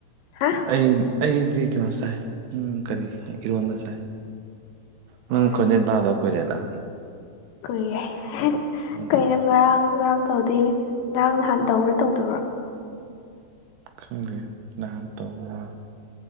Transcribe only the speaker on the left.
ꯍꯥ
ꯎꯝ
ꯀꯨꯏꯌꯦ
ꯀꯩꯅꯣ ꯉꯔꯥꯡ ꯉꯔꯥꯡ ꯇꯧꯗꯦ ꯉꯔꯥꯡ ꯅꯍꯥꯟ ꯇꯧꯕ꯭ꯔꯥ ꯇꯧꯗꯕ꯭ꯔꯣ